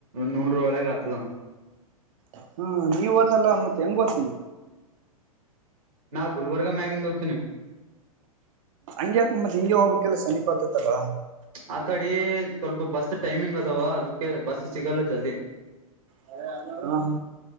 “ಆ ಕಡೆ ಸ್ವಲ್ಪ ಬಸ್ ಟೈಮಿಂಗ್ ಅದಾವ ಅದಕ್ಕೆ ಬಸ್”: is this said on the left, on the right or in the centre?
Right